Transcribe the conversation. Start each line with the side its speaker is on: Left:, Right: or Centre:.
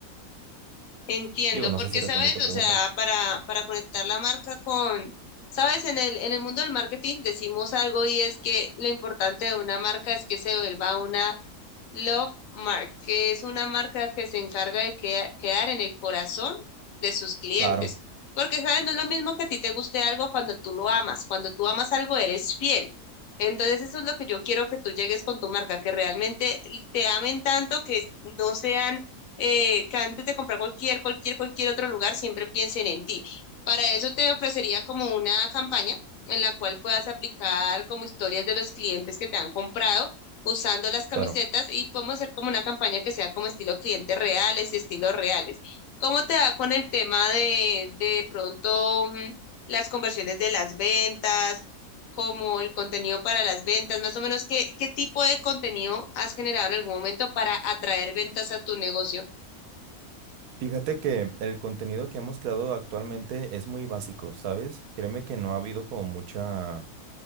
Left: Entiendo,
Right: Digo, no
Left: porque
Right: sé si respondí
Left: sabes,
Right: tu pregunta.
Left: o sea, para, para conectar la marca con, sabes, en el, en el mundo del marketing decimos algo y es que lo importante de una marca es que se vuelva una Love Mark, que es una marca que se encarga de queda- quedar en el corazón de sus clientes.
Right: Claro,
Left: Porque, ¿sabes? No es lo mismo que a ti te guste algo cuando tú lo amas. Cuando tú amas algo, eres fiel. Entonces, eso es lo que yo quiero que tú llegues con tu marca, que realmente te amen tanto que no sean, eh, que antes de comprar cualquier, cualquier, cualquier otro lugar, siempre piensen en ti. Para eso te ofrecería como una campaña en la cual puedas aplicar como historias de los clientes que te han comprado usando las camisetas
Right: claro.
Left: y podemos hacer como una campaña que sea como estilo clientes reales y estilos reales. ¿Cómo te va con el tema de de pronto mm, las conversiones de las ventas, como el contenido para las ventas, más o menos qué, qué tipo de contenido has generado en algún momento para atraer ventas a tu negocio?
Right: Fíjate que el contenido que hemos creado actualmente es muy básico, ¿sabes? Créeme que no ha habido como mucha...